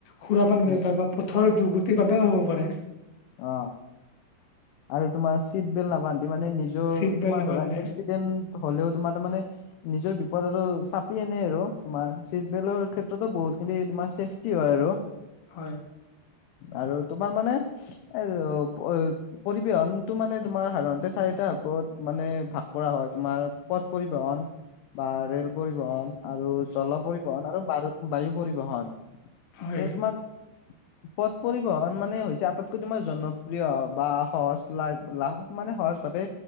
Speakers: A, on the left; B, on the left.
A: সুৰাপান
B: উম
A: কৰিব পাৰে, বা পথৰ দুৰ্গতিৰ বাবেও হ'ব পাৰে।
B: অ। আৰু তোমাৰ চিট বেল্ট নাবান্ধি মানে, নিজৰ
A: চিট বেল্ট
B: তোমাৰ
A: নাবান্ধে
B: ধৰা এক্সিডেণ্ট হলেও তোমাৰ তাৰ মানে নিজৰ বিপদ আৰু <unintelligible> আনে আৰু তোমাৰ চিট বেল্টৰ ক্ষেত্ৰটো বহুতখিনি তোমাৰ চেফ টি হয় আৰু
A: হয়।
B: আৰু তোমাৰ মানে, <unintelligible> পৰিবহনটো মানে তোমাৰ সাধাৰণতে চাৰিটা ভাগত মানে ভাগ কৰা হয়। তোমাৰ পথ পৰিবহন বা ৰেল পৰিবহণ আৰু জল পৰিবহন আৰু বাৰু বায়ু পৰিবহন।
A: হয়
B: আৰু তোমাৰ পথ পৰিবহন মানে হৈছে, আটাইতকৈ তোমাৰ জনপ্ৰিয় অ, সহজ লাইফ, লাভ মানে সহজ ভাৱে